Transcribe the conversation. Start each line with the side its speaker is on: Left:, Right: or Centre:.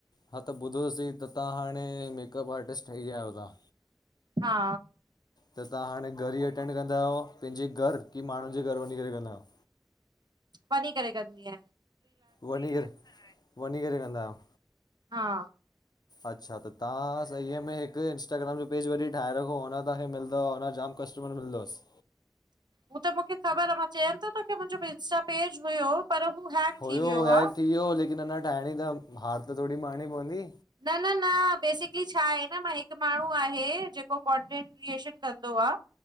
Left: हा त ॿुधोसीं त तव्हां हाणे मेकअप आर्टिस्ट ठही आहियो ताहां?
Right: हा
Left: त तव्हां हाणे घर ई अटेंड कंदा आहियो पंहिंजे घर की माण्हुनि जे घर वञी करे कंदा आहियो?
Right: वनी करे करी आ।
Left: वञी करे वञी करे कंदा आहियों?
Right: हा
Left: अच्छा त तव्हां सही में हिकु इंस्टाग्राम जो पेज वरी ठाहे रखो अ तव्हांखे मिलंदव हुन जामु कस्टमर मिलंदव।
Right: हू त मूंखे ख़बर आ मां चयमि थो तोखे मुंहिंजो इंस्टा पेज हुयो। पर हू हैक
Left: हुयो
Right: थी वियो
Left: है
Right: आ
Left: थी वियो लेकिन अञा ठाहिणी त हार त थोडी मारणी पवंदी।
Right: न न न बेसिक छा हिकु माण्हू आहे जेको कॉन्टेंट क्रिएशन कंदो आ।